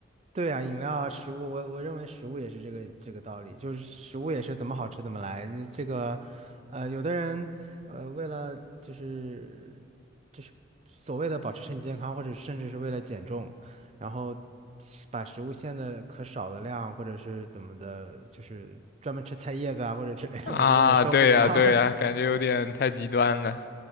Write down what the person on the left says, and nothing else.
啊，
对呀，
对呀，感觉有点太极端了。